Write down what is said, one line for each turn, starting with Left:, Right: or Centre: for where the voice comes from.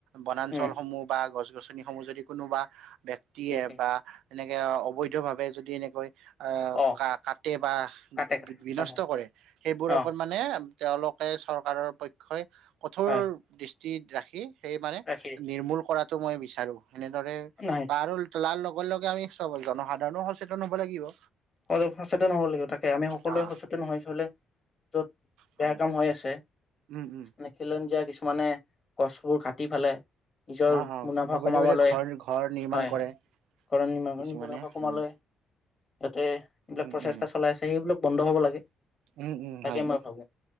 Right: বনাঞ্চলসমূহ
Left: উম
Right: বা গছ গছনি সমূহ যদি কোনোবা ব্যক্তিয়ে
Left: ঠিকেই
Right: বা এনেকে অবৈধভাৱে যদি এনেকৈ আহ
Left: অ
Right: কা কাটে বা
Left: কাটে কাটে
Right: বিনষ্ট
Left: হয় হয়
Right: কৰে সেইবোৰৰ
Left: অ
Right: ওপৰত মানে তেওঁলোকে চৰকাৰৰ পক্ষই কঠোৰ
Left: হয়
Right: দৃষ্টি ৰাখি সেই মানে
Left: ৰাখি ৰাখি
Right: নিৰ্মূল কৰাটো মই বিচাৰোঁ এনেদৰে
Left: নাই
Right: বা আৰু লাল লগে লগে আমি চব জনসাধাৰণও সচেতন হ'ব লাগিব
Left: অলপ সচেতন হ'ব লাগিব তাকে আমি
Right: অ'
Left: সকলোৱে সচেতন হৈ চলে য'ত
Right: হয়
Left: বেয়া কাম হৈ আছে
Right: উম উম
Left: নে খিলঞ্জিয়া কিছুমানে গছবোৰ কাটি ফালে নিজৰ
Right: অ অ
Left: মুনাফা
Right: অবৈধ
Left: কমাবলৈ
Right: অবৈধ ঘৰ ঘৰ নিৰ্মাণ
Left: হয়
Right: কৰে
Left: হয় কৰণী <unintelligible>
Right: কিছুমানে
Left: মুনাফা কমাবলৈ
Right: উম
Left: ইহঁতে এইবিলাক
Right: উম
Left: প্ৰচেষ্টা
Right: উম
Left: চলাই আছে সেইবিলাক বন্ধ হ'ব লাগে
Right: উম উম
Left: তাকে
Right: হয়
Left: মই ভাবো